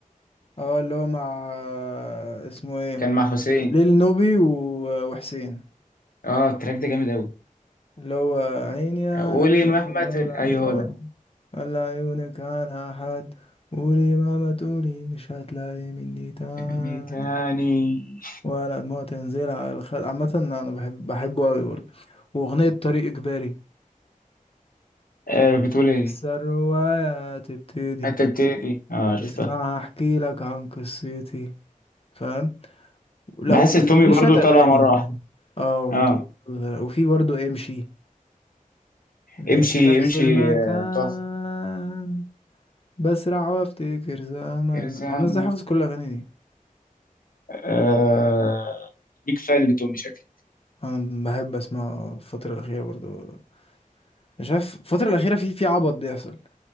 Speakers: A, on the left; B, on the left.
A: اه اللي هو مع آه، اسمه ايه
B: كان مع حسين
A: ليل نوبي و- وحسين
B: اه التراك ده جامد قوي
A: اللي هو عيني أنا
B: قولي مهما
A: عليك ولا
B: تقول ايوه هو
A: آه
B: ده
A: ولا عيونك عنها حد قولي مهما تقولي مش هتلاقي مني تاني
B: من تاني
A: ولا دموع تنزل على الخد عامة أنا بحب بحبه أوي برضه وأغنية طريق إجباري
B: آه، بتقول ايه
A: لسه الرواية هتبتدي
B: حتى بتدي اه عرفتها
A: اسمعها أحكي لك عن قصتي فاهم لا
B: بحس التومي
A: وليه
B: برضو
A: شوية
B: طالع
A: أغاني
B: مرة واحدة
A: اه
B: اه
A: وفي برضه امشي لا،
B: امشي
A: نفس
B: امشي
A: المكان
B: آه، تقف
A: بسرع وافتكر زمان
B: الزام
A: هو انا ازاي حافظ كل الاغاني دي
B: آه بيك فان لتومي شكلي
A: انا بحب اسمع الفتره الاخيره برضو مش عارف الفتره الاخيره في في عبط بيحصل